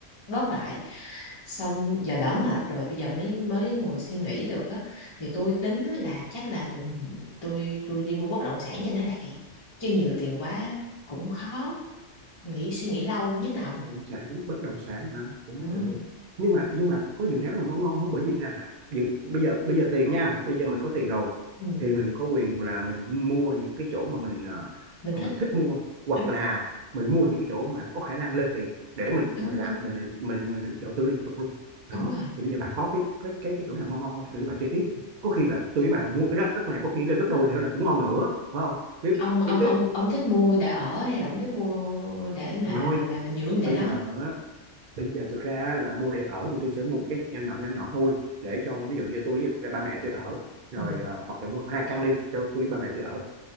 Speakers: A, on the left; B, on the right.
A: bớt lại xong giờ đỡ mệt rồi bây giờ mới mới ngồi suy nghĩ được á thì tôi tính á là chắc là mình tôi tôi đi mua bất động sản cho nó lẹ chứ nhiều tiền quá cũng khó nghĩ suy nghĩ lâu nhức đầu
B: động sản bất động sản hả cũng
A: ừ,
B: được nhưng mà nhưng mà có dự án nào không, không, không bởi vì là dự, bây giờ bây giờ tiền nha bây giờ mình có tiền rồi
A: ừ,
B: thì mình có quyền là mình mua những cái chỗ mà mình
A: mình
B: ờ,
A: thích
B: mình thích mua hoặc
A: đúng
B: là mình mua những cái chỗ mà có khả năng lên tiền để mình
A: đúng
B: mình làm
A: đúng
B: mình mình mình đầu tư liên tục luôn đó
A: đúng rồi
B: thì bây giờ bà có cái cái cái cái chỗ nào ngon ngon không tụi bà chơi tiếp có khi là tụi bà mua cái đất này có khi lên gấp đôi nữa là cũng ngon nữa phải không kiếm
A: ông ông
B: kiếm tiếp
A: ông ông thích mua để ở hay là ông thích mua để mà
B: rồi
A: mà mình giữ mình để
B: bây
A: đó
B: giờ bây giờ thực ra là mua để ở thì tôi sẽ mua một cái nhỏ nhỏ nhỏ nhỏ thôi để cho ví dụ như tôi với lại ba mẹ tôi ở rồi
A: Ừ.
B: ờ, hoặc là mua hai căn đi cho tôi với ba mẹ tôi ở